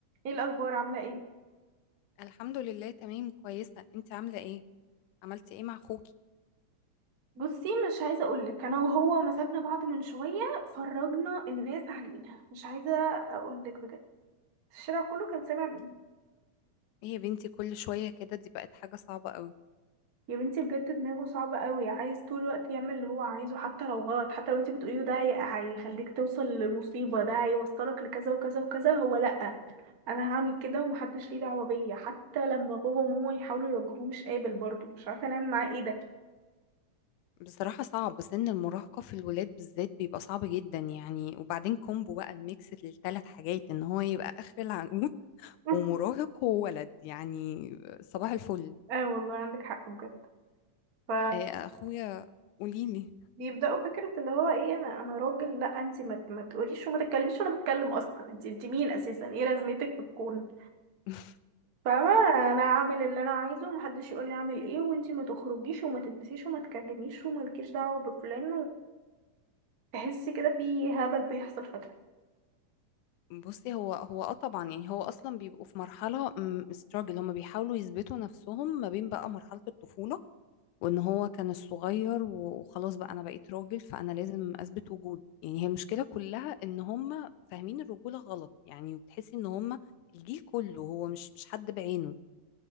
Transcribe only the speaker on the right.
ايه الاخبار عامله ايه
بصي مش عايزه اقولك انا وهو مسكنا بعض من شويه فرجنا الناس علينا مش عايزه اقولك بجد الشارع كله كان سامع بينا
يا بنتي بجد دماغه صعبه قوي عايز طول الوقت يعمل اللي هو عايزه حتى لو غلط حتى لو انت بتقوليه ده هي- هيخليك توصل لمصيبه ده هيوصلك لكذا وكذا وكذا هو لا انا هعمل كده ومحدش ليه دعوه بيا حتى لما بابا وماما يحاولوا يوجهوه مش قابل برضه مش عارفه نعمل معاه ايه ده
<laughs>
اه والله عندك حق بجد ف
بيبداوا فكره اللي هو ايه انا انا راجل لا انت ما ما تقوليش وما تتكلميش وانا بتكلم اصلا انت انت مين اساسا ايه لازمتك في الكون
فاهمه انا اعمل اللي انا عايزه ومحدش يقول لي اعمل ايه وانت ما تخرجيش وما تلبسيش وما تكلميش ومالكيش دعوه بفلان وتحسي كده في هبل بيحصل فجاه